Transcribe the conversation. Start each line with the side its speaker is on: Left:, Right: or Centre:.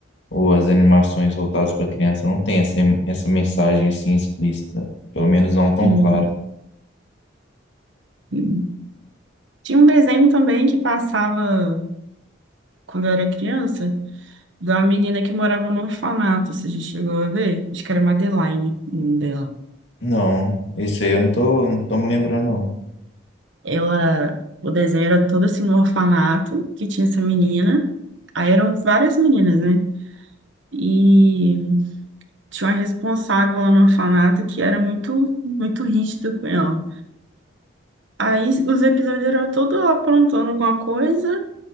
Left: ou as animações voltadas para criança não tem essa, essa mensagem assim explícita, pelo menos não tão
Right: Sim.
Left: clara.
Right: sim. Tinha um desenho também que passava quando eu era criança, de uma menina que morava num orfanato, se a gente chegou a ver. Acho que era Madeline, o nome dela.
Left: Não, isso aí eu não tô, não tô me lembrando, não.
Right: Ela, o desenho era todo assim no orfanato que tinha essa menina. Aí eram várias meninas, né? E tinha uma responsável lá no orfanato que era muito, muito rígida com ela. Aí os episódios eram todos ela aprontando alguma coisa